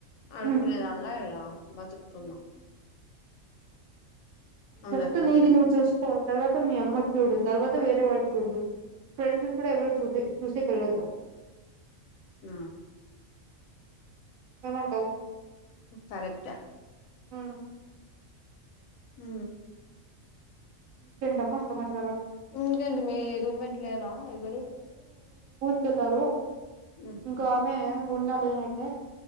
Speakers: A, on the left; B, on the right.
A: అడుకునేదన్ల
B: ఉమ్
A: ఇలా బతుకుతున్నా అందరి
B: ఫస్ట్
A: దగ్గర
B: నీది నువ్ చూస్కో తర్వాత మీ అమ్మది చూడు తర్వాత వేరే వాళ్ళు చూడదు <unintelligible> ఫ్రెండ్స్ కూడా ఎవరు చూసే చూసేకి వెళ్ళద్దు
A: ఉ
B: ఏమంటావ్
A: కరెక్టే
B: ఉ
A: ఉ
B: సెంటమ్మా సమాస్
A: ఇంకేంటి మీ రూమ్ మేట్లు లేరా ఎవరు
B: కెళ్లారు
A: ఉమ్
B: ఇంకో ఆమె ఉన్నా లేనట్టే